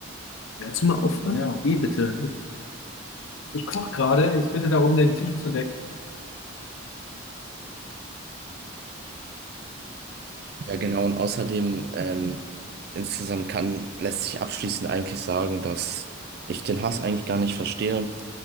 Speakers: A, on the left; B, on the right.
A: kannst du mal aufhören? Ja. Eh, bitte. Ich koche gerade. Ich bitte darum, den Tisch zu decken.
B: Ja, genau. Und außerdem, ähm, insgesamt kann, lässt sich abschließend eigentlich sagen, dass ich den Hass eigentlich gar nicht verstehe